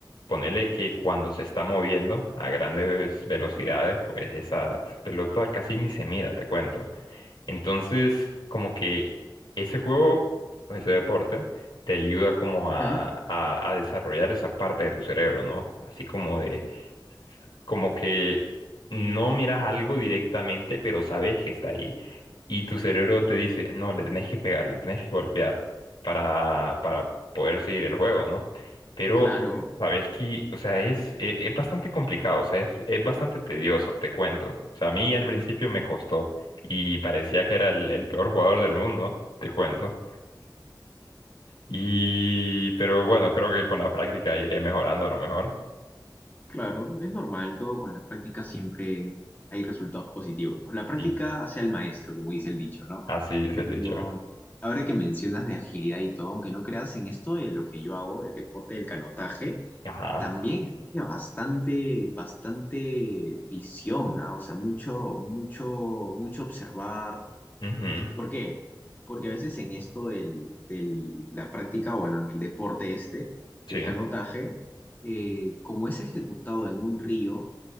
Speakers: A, on the left; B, on the left.
A: ponele que cuando se está moviendo a grandes velocidades, pues esa, esa pelota casi ni se mira, te cuento. Entonces, como que ese juego o ese deporte te ayuda como a,
B: Ujú,
A: a, a desarrollar esa parte de tu cerebro, ¿no? Así como de, como que no miras algo directamente, pero sabes que está ahí. Y tu cerebro te dice, no, le tenés que pegar, le tenés que golpear para, para poder seguir el juego, ¿no? Pero
B: Claro.
A: sabes que, o sea, es, e- es, bastante complicado, o sea, es, es bastante tedioso, te cuento. O sea, a mí al principio me costó y parecía que era el, el peor jugador del mundo, te cuento. Y, pero bueno, creo que con la práctica iré mejorando a lo mejor.
B: Claro, es normal, todo con la práctica siempre hay resultados positivos, ¿no? La práctica
A: Sí,
B: hace al maestro, como dice el dicho, ¿no?
A: así es
B: Pero
A: el dicho.
B: ahora que mencionas de agilidad y todo, aunque no creas en esto de lo que yo hago, el deporte del canotaje,
A: Ajá.
B: también exige bastante, bastante visión, ¿ah? O sea, mucho, mucho, mucho observar.
A: Ujú.
B: ¿Por qué? Porque a veces en esto del, del, la práctica, bueno, en el deporte este,
A: Sí,
B: el canotaje, eh, como es ejecutado en un río,